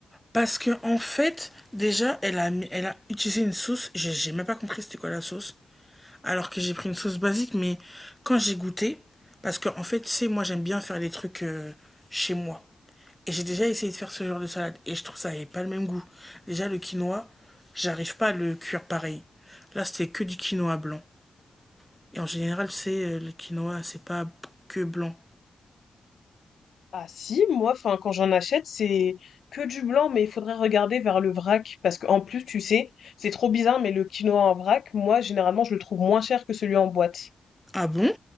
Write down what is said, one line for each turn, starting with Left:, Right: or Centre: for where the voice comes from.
Centre: Parce que en fait, déjà, elle a, elle a utilisé une sauce. J'ai j'ai même pas compris c'était quoi la sauce. Alors que j'ai pris une sauce basique, mais quand j'ai goûté, parce que en fait, tu sais, moi j'aime bien faire les trucs euh, chez moi. Et j'ai déjà essayé de faire ce genre de salade. Et je trouve que ça n'avait pas le même goût. Déjà, le quinoa, j'arrive pas à le cuire pareil. Là, c'était que du quinoa blanc. Et en général, c'est euh, le quinoa, c'est pas que blanc.
Left: Ah si, moi, enfin, quand j'en achète, c'est que du blanc, mais il faudrait regarder vers le vrac. Parce qu'en plus, tu sais, c'est trop bizarre, mais le quinoa en vrac, moi, généralement, je le trouve moins cher que celui en boîte.
Centre: Ah bon?